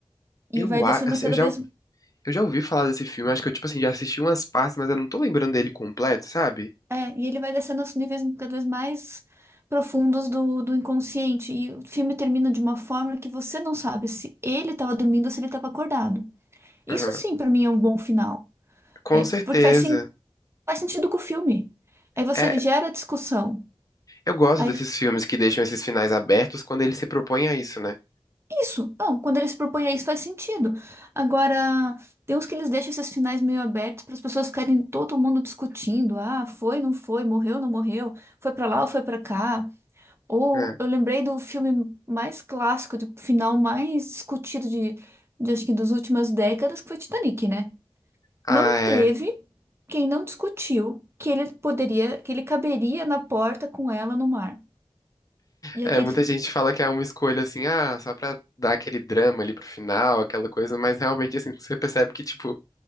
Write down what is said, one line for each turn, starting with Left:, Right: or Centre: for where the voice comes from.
Left: eu,
Right: E vai
Left: a-
Right: descendo
Left: assim,
Right: cada
Left: eu já,
Right: vez
Left: Eu já ouvi falar desse filme, acho que eu, tipo assim, já assisti umas partes, mas eu não tô lembrando dele completo, sabe?
Right: É, e ele vai descendo aos níveis cada vez mais profundos do, do inconsciente. E o filme termina de uma forma que você não sabe se ele estava dormindo ou se ele estava acordado. Isso
Left: Aham.
Right: sim, para mim, é um bom final.
Left: Com
Right: É,
Left: certeza.
Right: porque faz, sen- faz sentido com o filme. Aí você
Left: É,
Right: gera discussão.
Left: eu gosto
Right: Aí,
Left: desses filmes que deixam esses finais abertos quando ele se propõe a isso, né?
Right: isso, não, quando ele se propõe a isso, faz sentido. Agora, tem uns que eles deixam esses finais meio abertos para as pessoas ficarem todo mundo discutindo. Ah, foi, não foi, morreu, não morreu, foi para lá ou foi para cá. Ou
Left: É.
Right: eu lembrei do filme mais clássico, do final mais discutido de, de acho que das últimas décadas, que foi Titanic, né?
Left: Ah,
Right: Não teve
Left: é.
Right: quem não discutiu que ele poderia, que ele caberia na porta com ela no mar. E
Left: É,
Right: aquele
Left: muita gente fala que é uma escolha assim, ah, só pra dar aquele drama ali pro final, aquela coisa, mas realmente, assim, você percebe que, tipo,